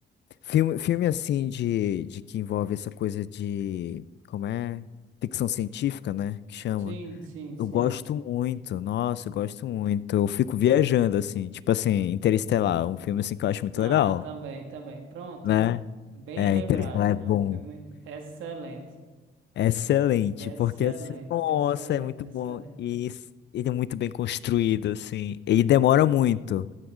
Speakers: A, on the left; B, on the right.
A: Filme, filme assim de, de que envolve essa coisa de, como é? Ficção científica, né? Que chama.
B: Sim, sim, sim.
A: Eu gosto muito, nossa, eu gosto muito. Eu fico viajando, assim, tipo assim, Interestelar, um filme assim que eu acho muito
B: Ah,
A: legal,
B: também, também. Pronto.
A: né?
B: Bem
A: É,
B: lembrado.
A: Interestelar
B: É
A: é bom.
B: um filme excelente.
A: É excelente,
B: Excelente,
A: porque assim, nossa,
B: excelente,
A: é muito bom.
B: excelente.
A: E s- ele é muito bem construído, assim. Ele demora muito,